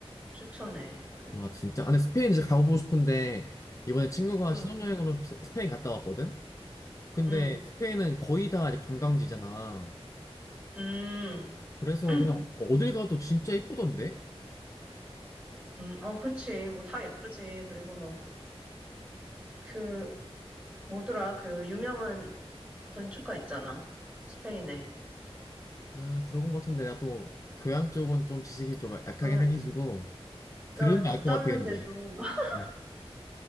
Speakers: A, on the right; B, on the left.
A: 추천해. 그,
B: 아, 진짜. 아, 근데 스페인
A: 네네.
B: 이제 가보고 싶은데, 이번에 친구가
A: 응,
B: 신혼여행으로 스- 스페인 갔다 왔거든? 근데
A: 응,
B: 스페인은 거의 다 이제 관광지잖아.
A: 음,
B: 그래서
A: <clears throat>
B: 그냥 어딜 가도 진짜 이쁘던데?
A: 음, 어, 그치. 뭐 다 예쁘지. 그리고 뭐 그 뭐더라 그 유명한 건축가 있잖아. 스페인에.
B: 아, 들어본 것 같은데, 나 또 교양 쪽은 좀 지식이 좀 약하긴
A: 나,
B: 해가지고, 들으면
A: 나 왜 갔다
B: 알 것 같아,
A: 왔는데도
B: 근데.
A: <laughs>
B: 뭐.